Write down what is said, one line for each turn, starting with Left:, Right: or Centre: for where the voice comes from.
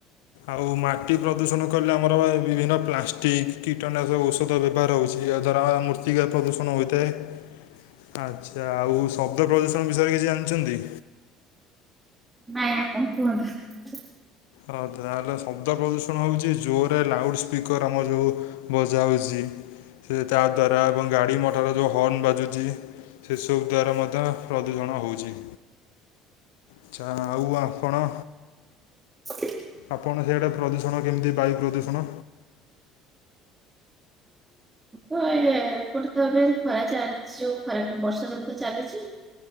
Left: ଆଉ ମାଟି ପ୍ରଦୂଷଣ କଲେ ଆମର ବିଭିନ୍ନ ପ୍ଲାଷ୍ଟିକ କୀଟନାଶକ ଔଷଧ ବ୍ୟବହାର ହେଉଛି ଆଉ ଧର ମୂର୍ତ୍ତିକା ପ୍ରଦୂଷଣ ହୋଇଥାଏ ଆଚ୍ଛା ଆଉ ଶବ୍ଦ ପ୍ରଦୂଶନ ବିଷୟରେ କିଛି ଜାଣିଛନ୍ତି?
Right: ନାଇଁ ଆପଣ କୁହନ୍ତୁ।
Left: ହଉ ତାହେଲେ ଶବ୍ଦ ପ୍ରଦୂଷଣ ହଉଛି ଜୋରରେ ଲାଉଡ ସ୍ପିକର ଆମର ଯୋଉ ବଜ ହଉଛି ସେ ତା ଦ୍ଵାରା ଏବଂ ଗାଡି ମଟର ଯୋଉ ହର୍ଣ ବାଜୁଛି ସେିସୁ ଦ୍ଵାରା ମଧ୍ୟ ପ୍ରଦୂଷଣ ହଉଛି। ଆଛା ଆଉ ଆପଣ
Right: <inaudible>
Left: ଆପଣ ସେଆଡ଼େ ପ୍ରଦୂଷଣ କେମିତି ବାୟୁ ପ୍ରଦୂଷଣ?
Right: ହ ଏା ଏପଟେ ତ ଏବେ ଖରା ଚାଲିଛି ଯୋଉ ଖରା ବର୍ଷା ଦେବ ତ ଚାଲିଛି।